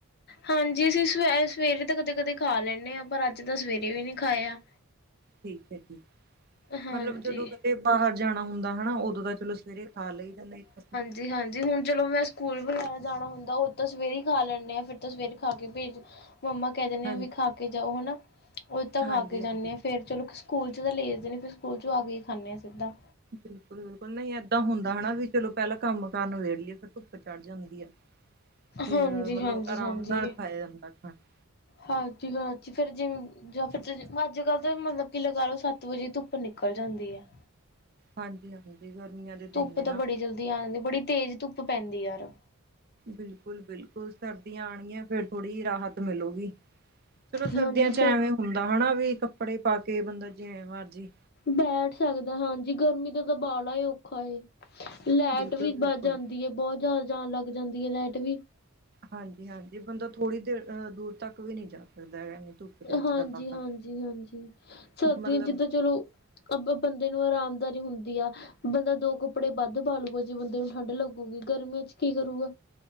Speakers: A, on the left (about 45°); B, on the right (about 45°).
A: ਹਾਂਜੀ ਅਸੀਂ ਸ ਸਵੇਰੇ ਤਾਂ ਕਦੇ -ਕਦੇ ਖਾ ਲੈਂਦੇ ਹਾਂ ਪਰ ਅੱਜ ਤਾਂ ਸਵੇਰੇ ਵੀ ਨੀ ਖਾਇਆ।
B: ਠੀਕ ਹੈ ਠੀਕ,
A: ਹਾਂਜੀ
B: ਮਤਲਬ ਜਦੋਂ ਕਿਤੇ ਬਾਹਰ ਜਾਣਾ ਹੁੰਦਾ ਹਨਾ ਉਦੋਂ ਤਾਂ। ਚਲੋ ਸਵੇਰੇ ਖਾ ਲਈ ਨਹੀਂ ਤਾਂ।
A: ਜੀ ਹਾਂਜੀ ਹੁਣ ਚਲੋ ਮੈਂ ਸਕੂਲ ਵਗੈਰਾ ਜਾਣਾ ਹੁੰਦਾ ਉਹ ਤਾਂ ਸਵੇਰੇ ਹੀ ਖਾ ਲੈਂਦੇ ਹਾਂ ਫਿਰ ਤਾਂ ਸਵੇਰੇ ਖਾ ਕੇ ਭੇਜ। ਮੰਮਾ ਕਹਿ ਦਿੰਦੇ
B: ਹਾਂਜੀ
A: ਵੀ ਖਾ ਕੇ ਜਾਓ ਹਨਾ ਉਹ ਤਾਂ ਖਾ
B: ਹਾਂਜੀ
A: ਕੇ ਜਾਂਦੇ
B: ਹਾਂਜੀ
A: ਆ ਫੇਰ ਚਲੋ ਸਕੂਲ ਚ ਤਾਂ ਲੇ ਜਾਦੇ ਨੇ ਫਿਰ ਸਕੂਲ ਚੋਂ ਆ ਕੇ ਹੀ ਖਾਂਦੇ ਹਾਂ ਸਿੱਧਾ
B: ਬਿਲਕੁਲ-ਬਿਲਕੁਲ ਨਹੀਂ ਏਦਾਂ ਹੁੰਦਾ ਹੈ ਹਨਾ ਚਲੋ ਪਹਿਲਾਂ ਕੰਮ ਕਾਰ ਨਿਬੇੜ ਲੀਏ ਫੇਰ ਧੁੱਪ ਚੜ ਜਾਂਦੀ ਆ ਫਿਰ
A: ਹਾਂਜੀ
B: ਮਤਲਬ
A: ਹਾਂਜੀ
B: ਆਰਾਮ
A: ਹਾਂਜੀ
B: ਨਾਲ ਖਾਇਆ ਜਾਂਦਾ ਖਾਣੇ।
A: ਹਾਂਜੀ- ਹਾਂਜੀ ਫੇਰ ਜੇ। ਜਾਂ ਫਿਰ ਅੱਜ ਕੱਲ੍ਹ ਤਾਂ ਮਤਲਬ ਕਿ ਲਗਾ ਲਓ ਸੱਤ ਵਜੇ ਧੁੱਪ ਨਿਕਲ ਜਾਂਦੀ ਹੈ।
B: ਹਾਂਜੀ -ਹਾਂਜੀ ਗਰਮੀਆਂ ਦੇ ਦਿਨ
A: ਧੁੱਪ
B: ਨੇ ਨਾ।
A: ਤਾਂ ਬੜੀ ਜਲਦੀ ਆ ਜਾਂਦੀ ਬੜੀ। ਤੇਜ਼ ਧੁੱਪ ਪੈਂਦੀ ਯਾਰ।
B: ਬਿਲਕੁਲ -ਬਿਲਕੁਲ ਸਰਦੀਆਂ ਆਣਗੀਆਂ ਫੇਰ ਥੋੜ੍ਹੀ ਜਿਹੀ ਰਾਹਤ ਮਿਲੇਗੀ। ਚਲੋ ਸਰਦੀਆਂ
A: ਹਾਂਜੀ
B: ਚ
A: ਸਰ
B: ਐਵੇਂ ਹੁੰਦਾ ਹੈ ਹੋਣਾ ਵੀ ਕੱਪੜੇ ਪਾ ਕੇ ਬੰਦਾ ਜਿਵੇਂ ਮਰਜ਼ੀ।
A: ਬੈਠ ਸਕਦਾ ਹਾਂਜੀ ਗਰਮੀ ਦਾ ਤਾਂ ਬਾੜਾ ਹੀ ਔਖਾ ਏ ਲਾਈਟ
B: ਬਿਲਕੁਲ
A: ਵੀ
B: ਬਿਲਕੁਲ।
A: ਭੁੱਜ ਜਾਂਦੀ। ਦੀਏ ਬਹੁਤ ਜ਼ਿਆਦਾ ਜਾਣ ਲੱਗ ਜਾਂਦੀ ਹੈ ਲਾਈਟ ਵੀ।
B: ਹਾਂਜੀ -ਹਾਂਜੀ ਬੰਦਾ ਥੋੜ੍ਹੀ ਦੇਰ ਅਹ ਦੂਰ ਤੱਕ ਵੀ ਨਹੀਂ ਜਾ ਸਕਦਾ ਹੈਗਾ। ਧੁੱਪ ਦੇ ਵਿੱਚ
A: ਹਾਂਜੀ
B: ਤਾਂ ਬਾਹਰ।
A: -ਹਾਂਜੀ- ਹਾਂਜੀ ਸਰਦੀਆਂ
B: ਮਤਲਬ
A: ਚ ਤਾਂ ਚਲੋ। ਅਬ ਬੰਦੇ ਨੂੰ ਆਰਾਮਦਾਰੀ ਹੁੰਦੀ ਆ। ਬੰਦਾ ਦੋ ਕੱਪੜੇ ਵੱਧ ਪਾਲੂਗਾ ਜੇ ਬੰਦੇ ਨੂੰ ਠੰਢ ਲੱਗੂਗੀ ਗਰਮੀਆਂ ਚ ਕੀ ਕਰੂਗਾ?